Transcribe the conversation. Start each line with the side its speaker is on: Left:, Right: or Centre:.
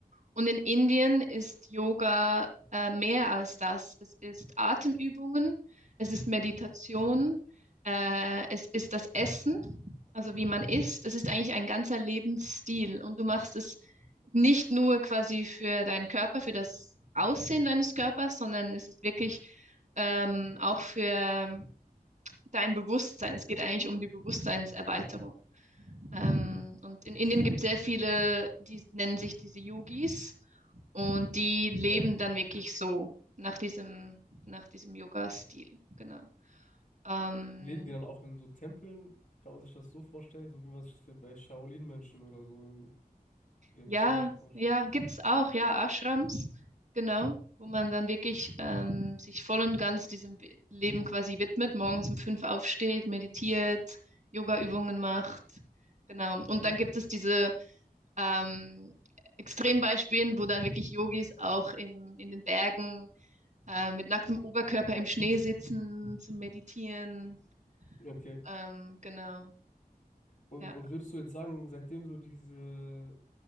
Right: Und in Indien ist Yoga äh, mehr als das. Es ist Atemübungen, es ist Meditation, äh, es ist das Essen, also wie man isst. Es ist eigentlich ein ganzer Lebensstil und du machst es nicht nur quasi für deinen Körper, für das Aussehen deines Körpers, sondern es ist wirklich ähm, auch für dein Bewusstsein. Es geht eigentlich um die Bewusstseinserweiterung. Ähm, und in Indien gibt es sehr viele, die nennen sich diese Yogis und die leben
Left: ja.
Right: dann wirklich so nach diesem, nach diesem Yoga-Stil. Genau. Ähm,
Left: Leben die dann auch in so Tempeln? Kann man sich das so vorstellen, so wie man sich das für- bei Shaolin-Mönchen oder so in, in
Right: ja,
Left: China vorstellt?
Right: ja, gibt es auch, ja, Ashrams, genau, wo man dann wirklich ähm, sich voll und ganz diesem We- Leben quasi widmet, morgens um fünf aufsteht, meditiert, Yoga-Übungen macht. Genau. Und
Left: Cool.
Right: dann gibt es diese ähm, Extrembeispielen, wo dann wirklich Yogis auch im, in den Bergen äh, mit nacktem Oberkörper im Schnee sitzen zum Meditieren.
Left: Okay.
Right: Ähm, genau.
Left: Und,
Right: Ja.
Left: und würdest du jetzt sagen, seitdem du diese,